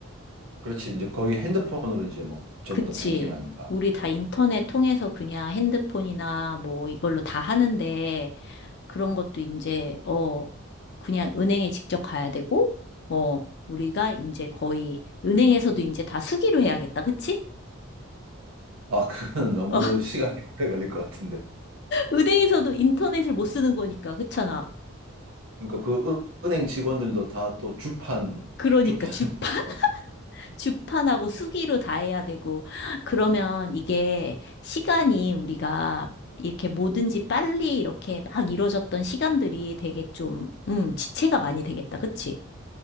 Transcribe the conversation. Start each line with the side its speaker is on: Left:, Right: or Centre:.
Right: 그렇지. 이제 거의 핸드폰으로 이제 막 전부
Left: 그치?
Right: 다 뱅킹하니까.
Left: 우리 다 인터넷 통해서 그냥 핸드폰이나 뭐 이걸로 다 하는데 그런 것도 이제, 어, 그냥 은행에 직접 가야 되고, 어, 우리가 이제 거의, 은행에서도 이제 다 수기로 해야겠다. 그치?
Right: 아, 그건 <laughs> 너무
Left: 어, <laughs>
Right: 시간이 오래 걸릴 것 같은데.
Left: 은행에서도 인터넷을 못 쓰는 거니까, 그렇잖아.
Right: 그러니까 그 은- 은행 직원들도 다 또 주판,
Left: 그러니까
Right: 주판
Left: 주판,
Right: <laughs>
Left: <laughs> 주판하고 수기로 다 해야 되고, 그러면 이게 시간이 우리가 이렇게 뭐든지 빨리 이렇게 막 이뤄졌던 시간들이 되게 좀, 음, 지체가 많이 되겠다. 그치?